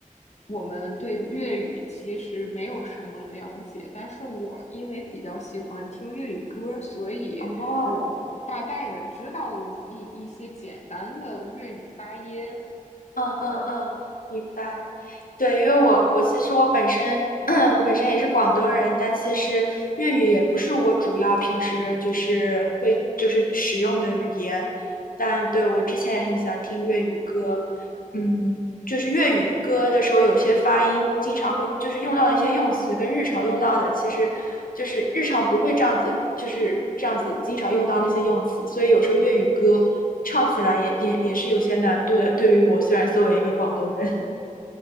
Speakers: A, on the left; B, on the left.
A: 我们对粤语其实没有什么了解，但是我因为比较喜欢听粤语歌，所以我大概的知道一一些简单的粤语发音，
B: 哦，嗯嗯嗯，明白。对，因为我我其实我本身 <clears throat> 我本身也是广东人，但其实粤语也不是我主要平时就是会就是使用的语言。但对，我之前也很喜欢听粤语歌，嗯。就是粤语歌的时候，有些发音经常会就是用到的一些用词，跟日常用到的，其实就是日常不会这样子，就是这样子经常用到那些用词，所以有时候粤语歌唱起来也也也是有些难度的。对于我，虽然作为一个广东人，